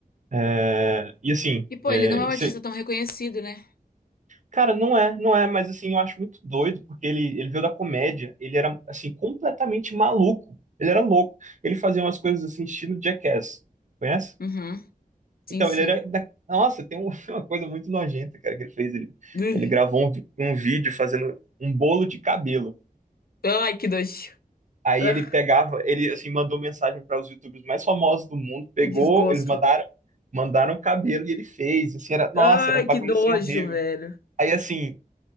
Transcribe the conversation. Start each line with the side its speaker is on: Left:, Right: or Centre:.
Right: É, e assim,
Left: E pô,
Right: é,
Left: ele não é um
Right: isso-
Left: artista
Right: é,
Left: tão reconhecido, né?
Right: cara, não é, não é, mas assim, eu acho muito doido, porque ele, ele veio da comédia, ele era, assim, completamente maluco. Ele era louco. Ele fazia umas coisas assim, estilo Jackass. Conhece?
Left: Uhum. Sim,
Right: Então,
Left: sim.
Right: ele era. Da... Nossa, tem um- <laughs> uma coisa muito nojenta, cara, que ele fez. Ele,
Left: Ugh.
Right: ele gravou um, vi- um vídeo fazendo um bolo de cabelo.
Left: Ai, que nojo.
Right: Aí
Left: Ah,
Right: ele pegava, ele assim mandou mensagem para os YouTubers mais famosos do mundo, pegou,
Left: que desgosto.
Right: eles mandaram, mandaram cabelo e ele fez. Assim, era, nossa,
Left: Ai,
Right: era um bagulho
Left: que nojo,
Right: assim horrível.
Left: velho.
Right: Aí assim,